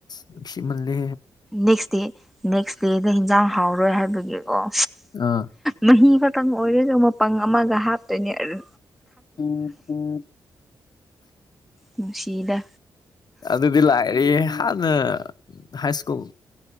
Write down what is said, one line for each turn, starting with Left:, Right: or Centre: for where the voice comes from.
Left: ꯅꯨꯡꯁꯤꯃꯜꯂꯦ
Centre: ꯅꯦꯛꯁ ꯗꯦ ꯅꯦꯛꯁ ꯗꯦ ꯍꯦꯟꯖꯥꯡ ꯍꯥꯎꯔꯣꯏ ꯍꯥꯏꯕꯒꯤ ꯑꯣ
Left: ꯑꯥ
Centre: ꯃꯍꯤ ꯈꯛꯇꯪ ꯑꯣꯏꯔꯁꯨ ꯃꯄꯪ ꯑꯃꯒ ꯍꯥꯞꯇꯣꯏꯅꯦ ꯑꯗꯨ
Left: ꯎꯝ ꯎꯝ
Centre: ꯅꯨꯡꯁꯤꯗ
Left: ꯑꯗꯨꯗꯤ ꯂꯥꯛꯑꯦ ꯍꯥꯟꯅ ꯍꯥꯏ ꯁ꯭ꯀꯨꯜ